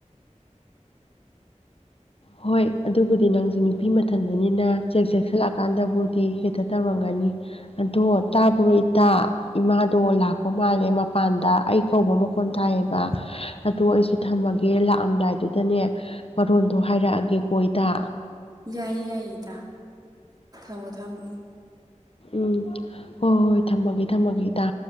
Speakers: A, on the left; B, on the right.
A: ꯍꯣꯏ ꯑꯗꯨꯕꯨꯗꯤ ꯅꯪꯖꯨ ꯅꯨꯄꯤ ꯃꯊꯟꯗꯅꯤꯅ ꯆꯦꯛ ꯆꯦꯛꯁꯤꯜꯂꯛꯑꯀꯥꯟꯗꯕꯨꯗꯤ ꯍꯦꯛꯇ ꯇꯧꯔꯝꯒꯅꯤ ꯑꯗꯣ ꯇꯥꯕ꯭ꯔꯣ ꯏꯇꯥ ꯏꯃꯥꯗꯣ ꯂꯥꯛꯄ ꯃꯥꯜꯂꯦ ꯃꯄꯥꯟꯗ ꯑꯩ ꯀꯧꯕ ꯃꯈꯣꯟ ꯇꯥꯏꯌꯦꯕ ꯑꯗꯣ ꯑꯩꯁꯨ ꯊꯝꯃꯒꯦ ꯂꯥꯛꯑꯝꯗꯥꯏꯗꯨꯗꯅꯦ ꯃꯔꯣꯟꯗꯣ ꯍꯥꯏꯔꯛꯑꯒꯦꯀꯣ ꯏꯇꯥ
B: ꯌꯥꯏꯌꯦ ꯌꯥꯏꯌꯦ ꯏꯇꯥ ꯊꯃꯣ ꯊꯃꯣ
A: ꯎꯝ ꯍꯣꯏ ꯍꯣꯏ ꯊꯝꯃꯒꯦ ꯊꯝꯃꯒꯦ ꯏꯇꯥ